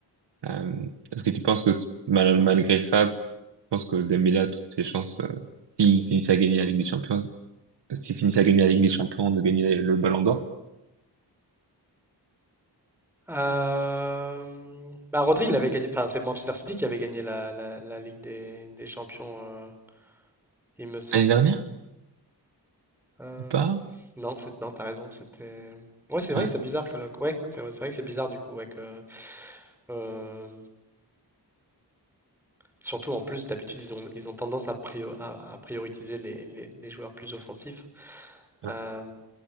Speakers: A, on the right (about 85°); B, in the centre.
A: Euh, est-ce que tu penses que mal- malgré ça tu penses que Dembélé a toutes ses chances euh, s'il finit à gagner la Ligue des Champions euh, s'il finit à gagner la Ligue des Champions de gagner le Ballon d'Or
B: Euh, bah, Rodri, il avait gagné, enfin, c'est Manchester City qui avait gagné la, la- la Ligue des, des Champions, euh, il me semble.
A: l'année dernière
B: Euh,
A: ou pas
B: non, c'est, non, t'as raison, c'était. Ouais, c'est vrai
A: ouais,
B: que c'est bizarre que le- ouais, c'est vrai c'est vrai que c'est bizarre du coup, ouais, que, euh, Surtout en plus, d'habitude, ils ont, ils ont tendance à, prio- à, à prioriser les, les- les joueurs plus offensifs.
A: ouais.
B: Euh,